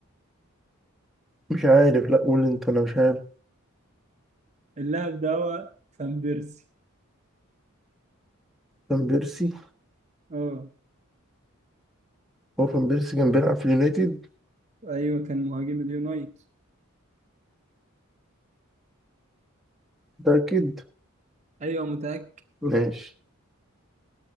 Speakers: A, in the centre; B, on the right.
A: مش عارف لأ قول أنت أنا مش عارف
B: اللاعب ده هو فان بيرسي
A: فان بيرسي
B: اه
A: هو فان بيرسي كان بيلعب في اليونايتد
B: ايوه كان مهاجم اليونايتد
A: متأكد
B: ايوه متأكد
A: ماشي